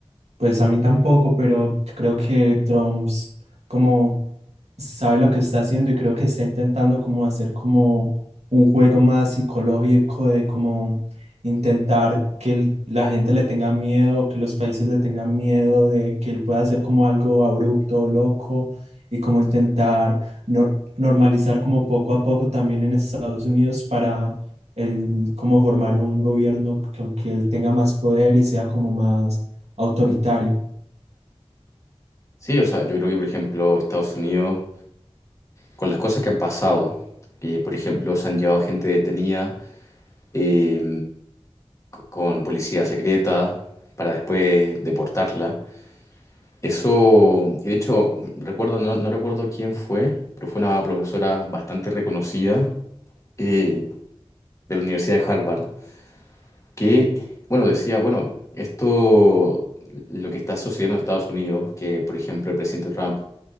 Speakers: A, on the right; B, on the left.
A: Pues a mí tampoco, pero creo que Drums como sabe lo que está haciendo y creo que está intentando como hacer como un juego más psicológico de como intentar que el- la gente le tenga miedo, que los países le tengan miedo de que él pueda hacer como algo abrupto, loco y como intentar nor- normalizar como poco a poco también en Estados Unidos para él como formar un gobierno que, aunque él tenga más poder y sea como más autoritario.
B: Sí, o sea, yo creo que por ejemplo Estados Unidos, con las cosas que han pasado, que por ejemplo se han llevado gente detenida eh, con policía secreta para después deportarla. Eso, y de hecho, recuerdo, no, no recuerdo quién fue, pero fue una profesora bastante reconocida eh, de la Universidad de Harvard, que, bueno, decía, bueno, esto, lo que está sucediendo en Estados Unidos, que, por ejemplo, el presidente Trump